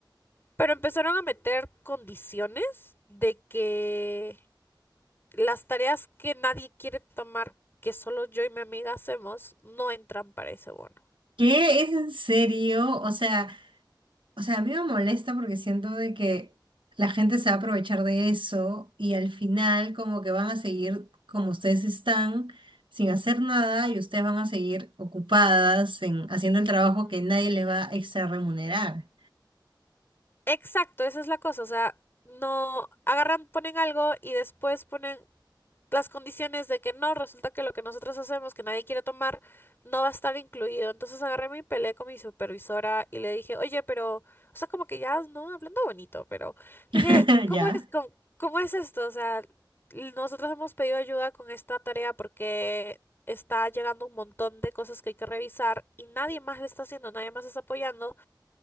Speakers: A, on the left (about 25°); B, on the right (about 85°).
A: pero empezaron a meter condiciones de que las tareas que nadie quiere tomar, que solo yo y mi amiga hacemos, no entran para ese bono.
B: ¿Qué? ¿Es en serio? O sea... O sea, a mí me molesta porque siento de que la gente se va a aprovechar de eso y al final como que van a seguir como ustedes están sin hacer nada y ustedes van a seguir ocupadas en haciendo el trabajo
A: Mm.
B: que nadie les va a extra remunerar.
A: Exacto, esa es la cosa, o sea, no agarran, ponen algo y después ponen las condiciones de que no, resulta que lo que nosotros hacemos, que nadie quiere tomar, no va a estar incluido. Entonces agarré mi peleé con mi supervisora y le dije, oye, pero, o sea, como que ya, ¿no? Hablando bonito, pero le
B: <laughs>
A: dije, ¿cómo
B: Ya,
A: es, cómo, cómo es esto? O sea, nosotros hemos pedido ayuda con esta tarea porque está llegando un montón de cosas que hay que revisar y nadie más le está haciendo, nadie más está apoyando